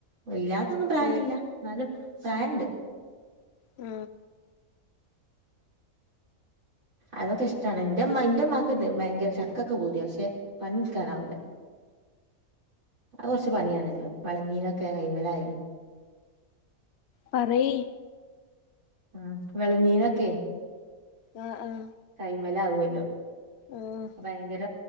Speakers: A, on the right; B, on the left.
A: വല്ലാതൊന്നും പ്രായം
B: ഉം
A: ഇല്ലാ എന്നാലും പ്രായണ്ട്
B: മ്ഹ്
A: അതൊക്കെ ഇഷ്ടാണ് ന്റെമ്മ ന്റെമ്മാക്ക് ഭയങ്കര ചക്കൊക്ക പൂതിയ പക്ഷെ പണിട്ക്കാനാവൂല അത് കൊറച്ച് പണിയാണല്ലോ വളഞീനൊക്കെ കൈന്മേലായി
B: പറയ്
A: ആഹ് വെളഞ്ഞീനൊക്കെ
B: ആഹ് ആഹ്
A: കൈന്മേലാകുല്ലോ
B: ആഹ്
A: ഭയങ്കര